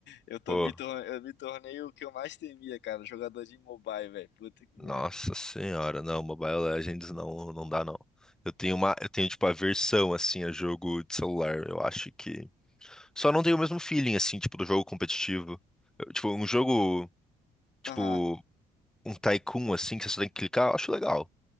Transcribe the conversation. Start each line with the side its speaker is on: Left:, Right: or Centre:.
Left: Eu tô
Centre: Pô.
Left: me tor- eu me tornei o que eu mais temia, cara. Jogador de mobile, velho. Puta que merda.
Centre: Nossa senhora, não, Mobile Legends não, não dá não. Eu tenho uma, eu tenho tipo aversão assim a jogo de celular. Eu acho que só não tenho o mesmo feeling assim, tipo do jogo competitivo. Eu, tipo um jogo, tipo
Left: Aham.
Centre: um Tycoon assim que você só tem que clicar, eu acho legal.